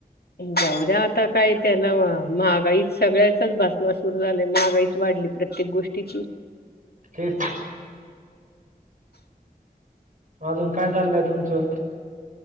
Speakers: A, on the left; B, on the right.
A: जाऊ द्या काय त्याला महागाई सगळ्याचच भासमा सुर महागाईच वाढली. प्रत्येक गोष्टीची
B: तेच तर, अजून काय चाललंय तुमचं?